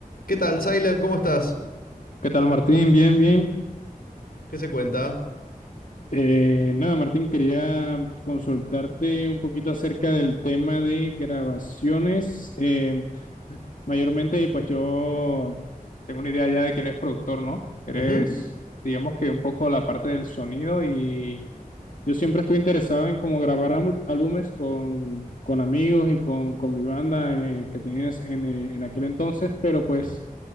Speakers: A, on the left (about 80°); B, on the left (about 60°).
A: ¿Qué tal, Salem? ¿Cómo estás?
B: ¿Qué tal, Martín? Bien, bien.
A: ¿Qué se cuenta?
B: Eh, nada, Martín, quería consultarte un poquito acerca del tema de grabaciones. Eh, mayormente, pues yo tengo una idea ya de que eres productor, ¿no? Eres,
A: Ujú,
B: digamos que un poco la parte del sonido y yo siempre estuve interesado en cómo grabar am- álbumes con, con amigos y con, con mi banda eh, que tenías en, eh, en aquel entonces, pero pues...
A: Sí,